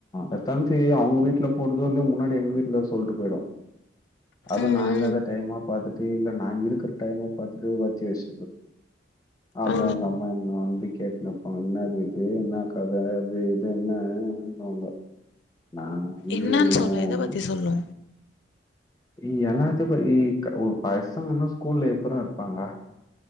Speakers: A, on the left (about 20°); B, on the left (about 65°).
A: அதான்சி அவுங்க வீட்ல போடுதோ இல்லையோ முன்னாடி எங்க வீட்ல சொல்ட்டு போயிடு அதும்
B: ம்
A: நா
B: ம்
A: இல்லாத டைமா பாத்துட்டு இல்ல நா இருக்குற டைமா பாத்துட்டு வத்தி வச் அதா
B: ஆ
A: எங்க அம்மா என்ன நம்பி கேட்னுருப்பாங்க என்னது இது என்ன கத அது இது என்ன அ அம்பாங்க நா வீட்ல
B: என்னன்னு
A: நோ
B: சொல்லு
A: ஒ
B: எத பத்தி
A: ஒ
B: சொல்லு
A: இ எல்லாத்துக்கு இ ஒ பசங்கன்னா ஸ்கூல்ல எப்பரா இருப்பாங்க